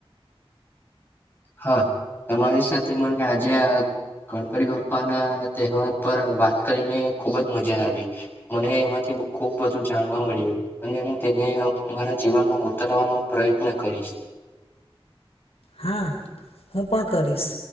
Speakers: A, on the left (about 20°); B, on the left (about 80°).
A: હા. તમારી સાથે મને આજે આ ગણપડી બાપ્પા ના તહેવાર પર વાત કરીને ખુબજ મજા આવી. મને એમાંથી ખુબ બધું જાણવા મળ્યું. અને હું તેને મારા જીવનમાં ઉતારવાનો પ્રયત્ન કરીશ.
B: હા. હું પણ કરીશ.